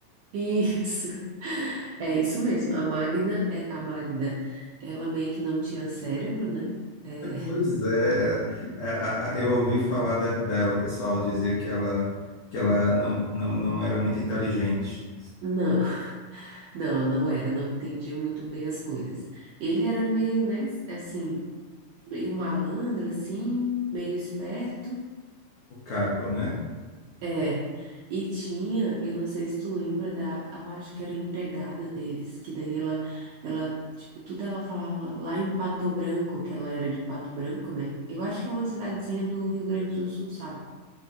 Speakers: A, on the right (about 80°); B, on the left (about 85°).
A: isso. É isso mesmo. A Magna, é, a Magda, ela meio que não tinha cérebro, né? É,
B: Pois é, é, é, a- a- eu ouvi falar de- dela, o pessoal dizia que ela, que ela não, não, não era muito inteligente,
A: não, não, não era, não entendia muito bem as coisas. Ele era meio, né, assim, meio malandro, assim, meio esperto.
B: o Caco, né?
A: É, e tinha, eu não sei se tu lembra da, eu acho que era a empregada deles, que daí ela, ela, tipo, tudo ela falava lá em Pato Branco, que ela era de Pato Branco, né? Eu acho que é uma cidadezinha do Rio Grande do Sul, sabe?